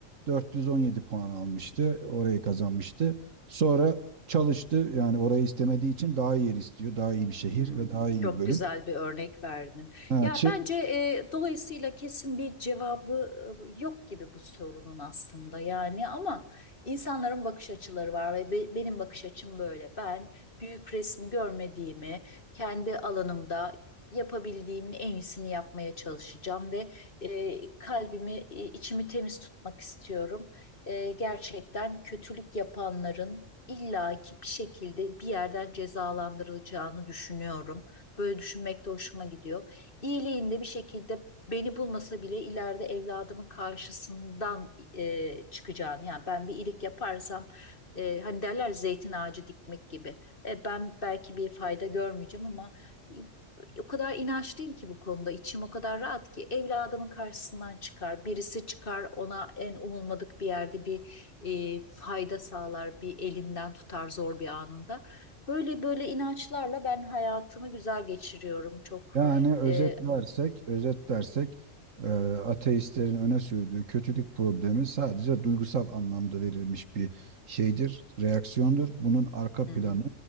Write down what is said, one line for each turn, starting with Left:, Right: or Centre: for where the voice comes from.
Right: 417 puan almıştı. Orayı kazanmıştı. Sonra çalıştı. Yani orayı istemediği için daha iyi yer istiyor. Daha iyi bir şehir
Left: Hmm,
Right: ve daha iyi
Left: çok
Right: bir bölüm.
Left: güzel bir örnek verdin.
Right: Ha,
Left: Ya
Right: çı-
Left: bence e, dolayısıyla kesin bir cevabı e, yok gibi bu sorunun aslında yani ama insanların bakış açıları var ve be- benim bakış açım böyle. Ben büyük resmi görmediğimi, kendi alanımda yapabildiğimin en iyisini yapmaya çalışacağım ve e, kalbimi, e, içimi temiz tutmak istiyorum. E, gerçekten kötülük yapanların illaki bir şekilde bir yerden cezalandırılacağını düşünüyorum. Böyle düşünmek de hoşuma gidiyor. İyiliğinde bir şekilde beni bulmasa bile ileride evladımın karşısından e, çıkacağını yani ben bir iyilik yaparsam e, hani derler zeytin ağacı dikmek gibi. E, ben belki bir fayda görmeyeceğim ama e, o kadar inançlıyım ki bu konuda içim o kadar rahat ki evladımın karşısından çıkar birisi çıkar ona en umulmadık bir yerde bir e, fayda sağlar, bir elinden tutar zor bir anında. Böyle böyle inançlarla ben hayatımı güzel geçiriyorum. Çok
Right: yani özetlersek,
Left: e,
Right: özetlersek e, ateistlerin öne sürdüğü kötülük problemi sadece duygusal anlamda verilmiş bir şeydir, reaksiyondur. Bunun arka
Left: hı
Right: planı,
Left: hı,